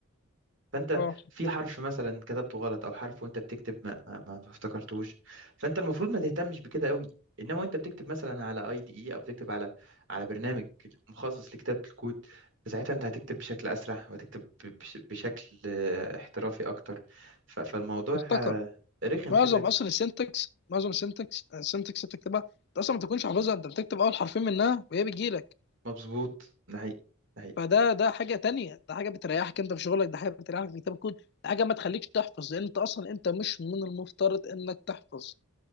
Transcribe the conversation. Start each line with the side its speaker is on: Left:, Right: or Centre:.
Right: فانت
Left: اه
Right: في حرف مثلا كتبته غلط او حرف وانت بتكتب ما, ما, ما ما افتكرتهوش فانت المفروض ما تهتمش بكده قوي انما وانت بتكتب مثلا على اي دي اي او بتكتب على على برنامج مخصص لكتابه الكود فساعتها انت هتكتب بشكل اسرع وهتكتب ب- بش- بشكل آه، احترافي اكتر ف- فالموضوع
Left: افتكر
Right: آه، رخم
Left: معظم
Right: فكره
Left: اصلا السنتكس معظم السنتكس السنتكس اللي بتكتبها انت اصلا ما تكونش حافظها انت بتكتب اول حرفين منها وهي بتجيلك
Right: مظبوط ده حقيقي ده حقيقي
Left: فده ده حاجه تانية ده حاجه بتريحك انت في شغلك ده حاجه بتريحك في كتاب الكود ده حاجه ما تخليكش تحفظ لان انت اصلا انت مش من المفترض انك تحفظ